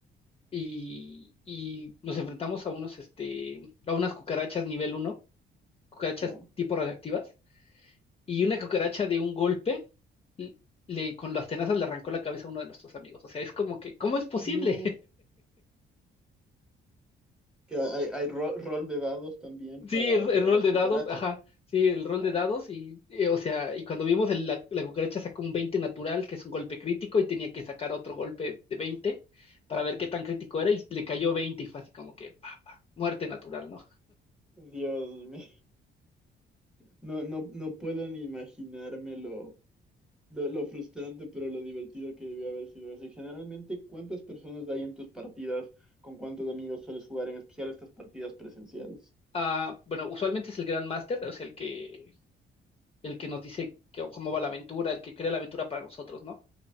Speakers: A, on the left; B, in the centre.
A: y, y nos enfrentamos a unos, este, a unas cucarachas nivel uno cucarachas
B: ya.
A: tipo radioactivas, y una cucaracha de un golpe. l- Le, con las tenazas le arrancó la cabeza a uno de nuestros amigos. O sea, es como que, ¿cómo es posible?
B: No, que hay, hay ro- rol de dados también para,
A: Sí, el, el
B: para
A: rol
B: las
A: de
B: cucarachas.
A: dados, ajá, sí, el rol
B: Oh,
A: de dados y, eh, o sea, y cuando vimos el- la, la cucaracha sacó un 20 natural, que es un golpe crítico, y tenía que sacar otro golpe de 20 para ver qué tan crítico era, y le cayó 20 y fue así como que, pa, pa, muerte natural, ¿no?
B: Dios mío. No, no, no puedo ni imaginarme lo, lo, lo frustrante, pero lo divertido que debió haber sido eso. Y generalmente, ¿cuántas personas hay en tus partidas? ¿Con cuántos amigos sueles jugar, en especial estas partidas presenciales?
A: Ah, bueno, usualmente es el Grand Master, o sea, el que, el que nos dice que- cómo va la aventura, el que crea la aventura para nosotros, ¿no?